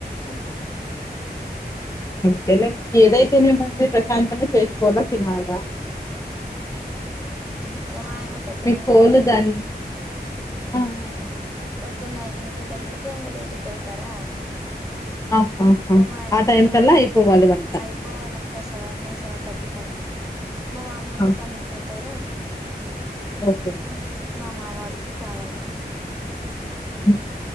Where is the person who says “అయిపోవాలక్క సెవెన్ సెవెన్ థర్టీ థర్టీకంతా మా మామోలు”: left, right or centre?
Centre